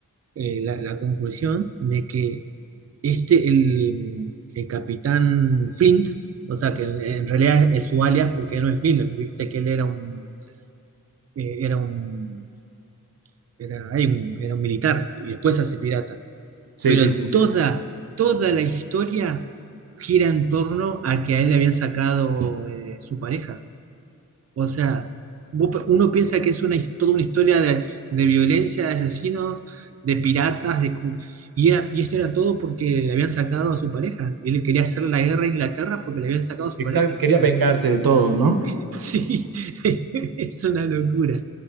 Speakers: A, on the right; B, on the right.
A: eh, la, la conclusión de que este, el, el capitán Flint, o sea, que en, en realidad es su alias porque no es Flint, viste que él era un eh, era un, era, hay un- era un militar y después se hace pirata.
B: Sí,
A: Pero
B: sí, sí.
A: toda, toda la historia gira en torno a que a él le habían sacado eh, su pareja. O sea, vos pe- uno piensa que es una, his- toda una historia de, de violencia, de asesinos, de piratas, de, cu- y, era- y esto era todo porque le habían sacado a su pareja. Y él quería hacer la guerra a Inglaterra porque le habían sacado a su
B: Exacto,
A: pareja.
B: quería
A: O sea,
B: vengarse de todo, ¿no?
A: <laughs> sí, <laughs> es una locura.